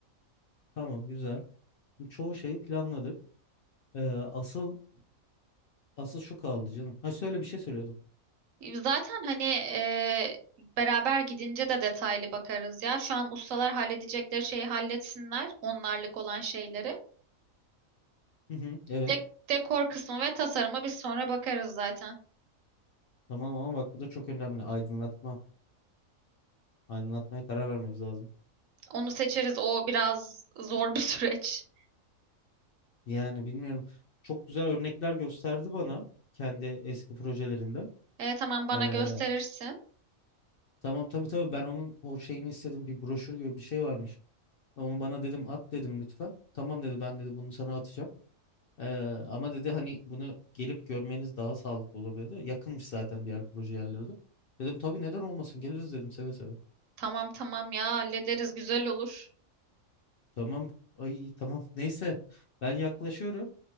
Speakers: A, on the left; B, on the right.
A: Tamam güzel. Çoğu şeyi planladık. Ee, asıl asıl şu kaldı canım. Ha şöyle bir şey söylüyordum.
B: Zaten hani e, beraber gidince de detaylı bakarız ya. Şu an ustalar halledecekleri şeyi halletsinler. Onlarlık olan şeyleri.
A: Hı hı, evet.
B: Dek- dekor kısmı ve tasarıma biz sonra bakarız zaten.
A: Tamam ama bak bu da çok önemli. Aydınlatma. Aydınlatmaya karar vermemiz lazım.
B: Onu seçeriz. O biraz zor bir <laughs> süreç.
A: Yani bilmiyorum. Çok güzel örnekler gösterdi bana kendi eski projelerinde.
B: E, tamam bana
A: Ee,
B: gösterirsin.
A: tamam tabii tabii ben onun o şeyini istedim. Bir broşür gibi bir şey varmış. Onu bana dedim at dedim lütfen. Tamam dedi ben dedi bunu sana atacağım. Ee, ama dedi hani bunu gelip görmeniz daha sağlıklı olur dedi. Yakınmış zaten diğer proje yerleri de. Dedim tabii neden olmasın geliriz dedim seve seve.
B: Tamam tamam ya hallederiz güzel olur.
A: Tamam ay tamam neyse ben yaklaşıyorum.